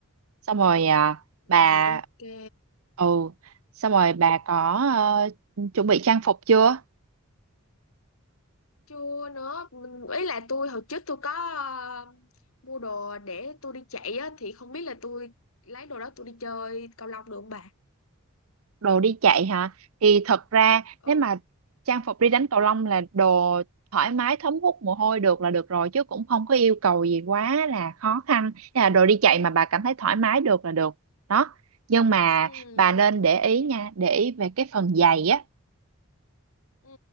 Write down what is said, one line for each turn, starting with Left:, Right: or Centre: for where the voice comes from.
Right: xong rồi à,
Left: rồi
Right: bà
Left: ok
Right: ừ xong rồi bà có ờ, chuẩn bị trang phục chưa
Left: chưa nữa mình ý là tôi hồi trước tôi có ờ, mua đồ để tôi đi chạy á thì không biết là tôi lấy đồ đó tôi đi chơi cầu lông được không bà
Right: đồ đi chạy hả thì thật ra
Left: ừ
Right: nếu mà trang phục đi đánh cầu lông là đồ thoải mái thấm hút mồ hôi được là được rồi chứ cũng không có yêu cầu gì quá là khó khăn Thế là đồ đi chạy mà bà cảm thấy thoải mái được là được đó nhưng mà
Left: Ừ.
Right: bà nên để ý nha để ý về cái phần giày á
Left: Ừ.